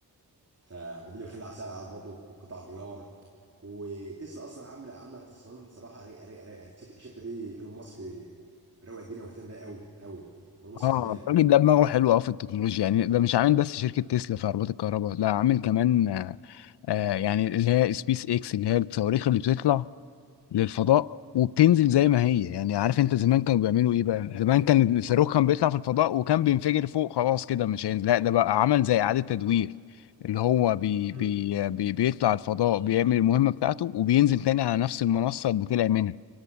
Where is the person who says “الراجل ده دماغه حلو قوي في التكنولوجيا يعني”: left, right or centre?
Left